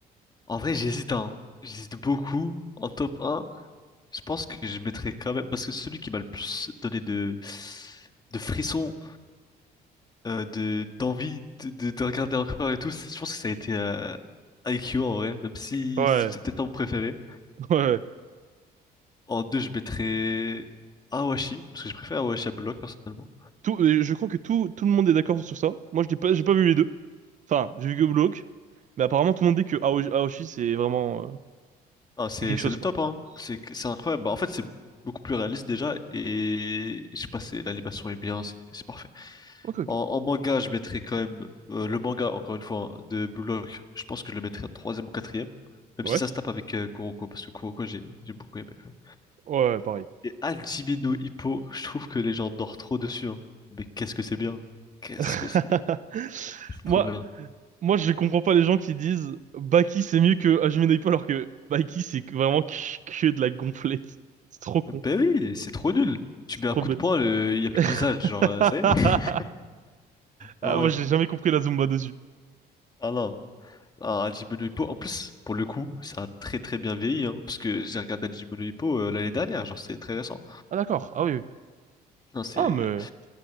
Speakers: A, on the left; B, on the right.
A: En vrai j'hésite hein. J'hésite beaucoup. En top un. je pense que je mettrais quand même. Parce que celui qui m'a le plus donné de. de frissons, euh, de d'envie de, de, de regarder encore et tout, c'est- je pense que ça a été euh, I Q en vrai, même si
B: Ouais,
A: c'est peut-être pas mon préféré.
B: <laughs> ouais.
A: En deux je mettrais Awashi, parce que je préfère Awashi à Block personnellement.
B: Tout, euh, je crois que tout, tout le monde est d'accord sur ça. Moi, je n'ai pas, j'ai pas vu les deux. Enfin, j'ai vu que Block, mais apparemment, tout le monde dit que Ao- Aoshi, c'est vraiment, euh,
A: Ah, c'est
B: c'est quelque
A: c'est
B: chose,
A: le
B: quoi.
A: top, hein. C'est c'est incroyable. Bah, en fait, c'est beaucoup plus réaliste déjà. Et je sais pas, c'est l'animation est bien, c'est c'est parfait.
B: Ok, ok.
A: En, en manga, je mettrais quand même euh, le manga, encore une fois, hein, de Blue Lock. Je pense que je le mettrais en troisième ou quatrième. Même
B: Ouais,
A: si ça se tape avec euh, Kuroko, parce que Kuroko, j'ai j'ai beaucoup aimé quand même.
B: ouais, pareil.
A: Et Hajime no Ippo, je trouve que les gens dorment trop dessus. hein. Mais qu'est-ce que c'est bien. Qu'est-ce
B: <laughs>
A: que c'est bien. C'est
B: Moi,
A: trop bien.
B: Moi, je comprends pas les gens qui disent Baki c'est mieux que Hajime no Ippo alors que Baki c'est que- vraiment que, que de la gonflette. C'est trop con,
A: Ben oui, c'est trop nul. Tu
B: c'est
A: mets un
B: trop
A: coup
B: bête.
A: de poing, le- il n'y a plus
B: <laughs>
A: de visage, genre, euh, ça y est. <laughs>
B: Ah,
A: Ah ouais.
B: moi, j'ai jamais compris la Zumba dessus.
A: Ah non. Ah, Hajime no Ippo, en plus, pour le coup, ça a très très bien vieilli, hein, parce que j'ai regardé Hajime no Ippo euh, l'année dernière, genre c'est très récent.
B: Ah d'accord, ah oui, oui.
A: Non, c'est
B: Ah mais